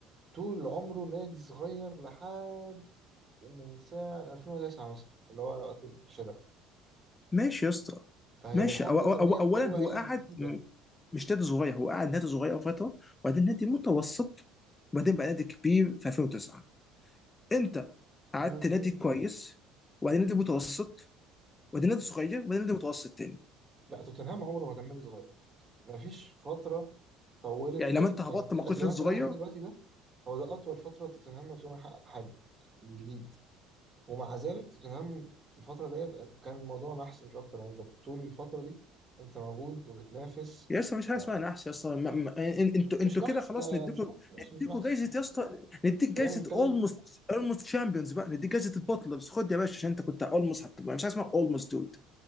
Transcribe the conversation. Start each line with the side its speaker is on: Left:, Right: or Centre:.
Right: طول عمره نادي صغير لحد من ساعة 2009 مثلا اللي هو وقت الشراء
Left: ماشي يا اسطى
Right: فهي
Left: ماشي
Right: الحقبة
Left: أو أو
Right: الزمنية
Left: أو
Right: الحلوة
Left: اولا
Right: هي
Left: هو قعد
Right: الجديدة
Left: م- مش نادي صغير هو قعد نادي صغير فتره وبعدين نادي متوسط وبعدين بقى نادي كبير في 2009 انت قعدت
Right: مم،
Left: نادي كويس وبعدين نادي متوسط وبعدين نادي صغير وبعدين نادي متوسط تاني
Right: لا توتنهام عمره ما كان نادي صغير مفيش فترة طولت
Left: يعني
Right: قوي
Left: لما انت هبطت
Right: يعني ال-
Left: ما كنتش
Right: الوقت
Left: نادي صغير
Right: اللي احنا فيه دلوقتي ده هو ده أطول فترة توتنهام من غير ما يحقق حاجة جديد ومع ذلك توتنهام في الفترة ديت كان الموضوع نحس مش أكتر يعني أنت طول الفترة دي أنت موجود وبتنافس
Left: يا اسطى مش حاجه
Right: آه،
Left: اسمها نحس يا اسطى ما- ما- إن- انتوا انتوا
Right: مش نحس
Left: كده خلاص
Right: آه،
Left: نديكوا
Right: مش نحس ماشي مش
Left: نديكوا
Right: نحس
Left: جايزه
Right: مش نحس
Left: يا اسطى نديك
Right: خلينا
Left: جايزه
Right: نتكلم
Left: اولموست اولموست شامبيونز بقى نديك جايزه البطلرز خد يا باشا عشان انت كنت اولموست هتبقى مش حاجه اسمها اولموست دود